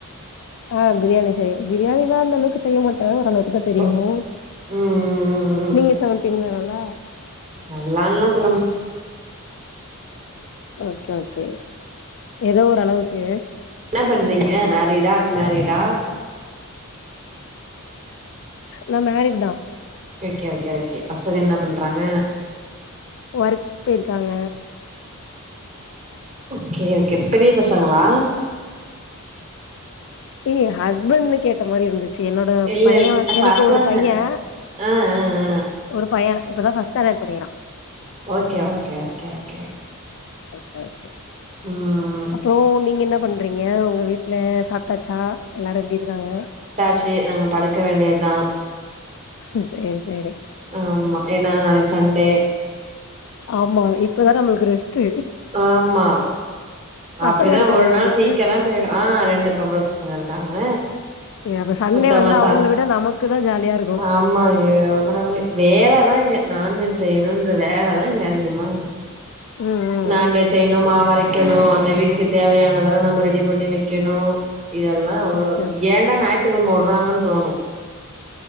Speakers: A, on the left; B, on the right.
A: ஆ பிரியாணி செய்ய பிரியாணிலா அந்த அளவுக்கு செய்ய மாட்டே ஓரளவுக்குதா தெரியு
B: ஓ ம் ம் ம்
A: நீங்க சமைப்பீங்களா நல்லா
B: நல்லான்ல்லா சொல்ல மா
A: ஓகே ஓகே ஏதோ ஒரு அளவுக்கு
B: என்ன பண்றீங்க மேரிடா அன்மேரிடா
A: நா மேரேஜ் தா
B: ஓகே ஓகே ஓகே பசங்க என்ன பண்றாங்க
A: ஒர்க் போயிருக்காங்க
B: ஓகே ஓகே பெரிய பசங்களா
A: ஏ ஹஸ்பண்ட்ன்னு கேட்ட மாரி இருந்துச்சு என்னோட
B: இல்ல
A: பையே
B: இல்
A: எனக்கு
B: பசங்க
A: ஒரு பையே
B: ஆ ஆ ஆ
A: ஒரு பைய இப்ப தா ஃபர்ஸ்ட் ஸ்டாண்டர்ட் படிக்கிறா
B: okay okay okay okay
A: okay okay
B: ம்
A: அப்பறோ நீங்க என்ன பண் றீங்க உங்க வீட்ல சாப்டாச்சா எல்லாரு எப்டி இருக்காங்க
B: ச்சு நாங்க படுக்க வேண்டியதா
A: சேரி சேரி
B: ஆமா ஏன்னா நாளைக்கு சண்டே
A: ஆமா இப்பவர நம்மளுக்கு ரெஸ்ட்
B: ஆமா அப்டிதா
A: பசங்க இருக்காங்களா
B: ஒரு நாள்
A: உங்களுக்கு
B: சீக்கிரோ போய்டு ஆ ரெண்டு பொம்பள பசங்க இருக்காங்க
A: சேரி அப்ப சண்டே
B: மத்தவங்க
A: வந்தா
B: சா
A: அவங்கள விட நமக்குதா ஜாலியா இருக்கு
B: ஆமா ஐயோ கடவுளே வேலை தா இங்க நான்வெஜ் செய்யணுன்ற வேலை தா இங்க அதிகமா இருக்கு
A: ம் ம்
B: நண்டு செய்யணு மாவரைக்கணு அந்த வீக்க்கு தேவையானதெல்லா நம்ம ரெடி பண்ணி வைக்கணு இதெல்லா அவ்வள
A: ஓகே
B: ஏண்டா ஞாயி்த்து கெழம வுட்றாங்கன்னு தோணு